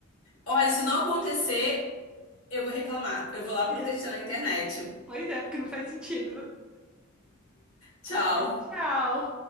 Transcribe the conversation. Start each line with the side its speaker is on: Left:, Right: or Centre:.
Left: Olha, se não acontecer, eu vou reclamar. Eu vou lá protestar
Centre: Isso.
Left: na internet.
Centre: Pois é, porque não faz sentido.
Left: Tchau.
Centre: Tchau.